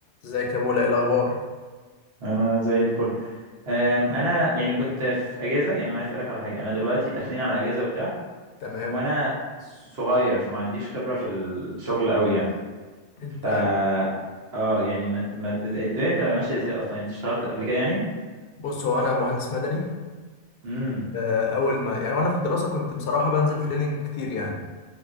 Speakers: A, on the left; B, on the right.
A: ازيك يا بولا ايه الاخبار
B: انا زي الفل أم، انا يعني كنت في اجازه يعني انا عايز اسالك على حاجه انا دلوقتي داخلين على اجازه وبتاع
A: تمام
B: وانا صغير فما عنديش خبره في الشغل قوي يعني
A: انت
B: ف اه يعني ما ما الدنيا بتبقى ماشيه ازاي اصلا يعني انت اشتغلت قبل كده يعني
A: بص هو انا مهندس مدني
B: امم
A: آه، اول ما يعني وانا في الدراسه كنت بصراحه بنزل تريننج كتير يعني